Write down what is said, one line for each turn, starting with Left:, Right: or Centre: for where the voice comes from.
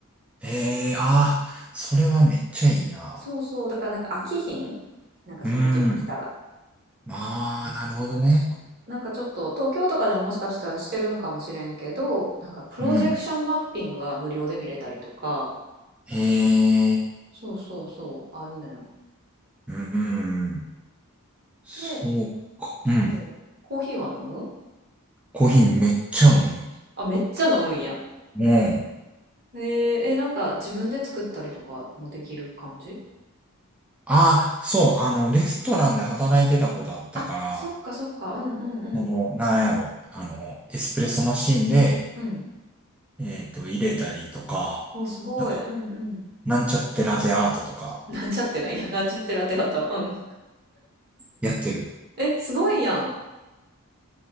Centre: ええー、ああ、それはめっちゃいいな。
Right: そうそう、だからなんか飽きひんなんかその時期来たら。
Centre: うん。ああ、なるほどね。
Right: なんかちょっと東京とかでももしかしたらしてるんかもしれんけど、なんかプロジェクションマッピングは無料で見れたりとか、
Centre: うん。ええ
Right: そうそうそう、あるねん。
Centre: ー、うん。そうか。
Right: で、そう、
Centre: うん。
Right: コーヒーは飲む
Centre: コーヒーめっちゃ飲む。
Right: あ、めっちゃ飲むんや。
Centre: もう
Right: えー、え、なんか自分で作ったりとかもできる感じ
Centre: ああ、そう、あの、レストランで働いてたことあったから、
Right: あ、そっかそっか。うんうんうん。
Centre: その、なんやろ、あの、エスプレッソマシンで、
Right: うん。
Centre: えっと、入れたりとか、
Right: もうすごい。
Centre: なんか、
Right: うんうん。
Centre: なんちゃってラテアートとか、
Right: なんちゃってなんや。<laughs> なんちゃってラテハト。うん。
Centre: やってる。
Right: え、すごいやん。